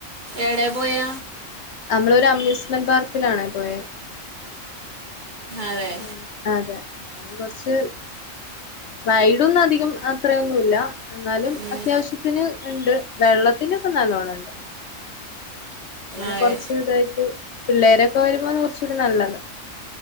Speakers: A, on the right; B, on the left.
A: ഏടെ പോയ?
B: നമ്മളൊരു അമ്യൂസ്മെന്റ് പാർക്കിലാണേ പോയേ.
A: അതെ
B: ഉം അതെ അത് കൊറച്ച് റൈഡൊന്നും അധികം അത്രയൊന്നുമില്ല എന്നാലും
A: ഉം,
B: അത്യാവശ്യ ത്തിന് ഉണ്ട് വെള്ളത്തിനൊക്കെ നല്ലോണ്ണം ഉണ്ട്. അങ്ങനെ
A: അതെ
B: കൊറച്ച് ഇതായിട്ട് പിള്ളേരൊക്കെ വരുമ്പോ കുറച്ച് കൂടി നല്ലത്.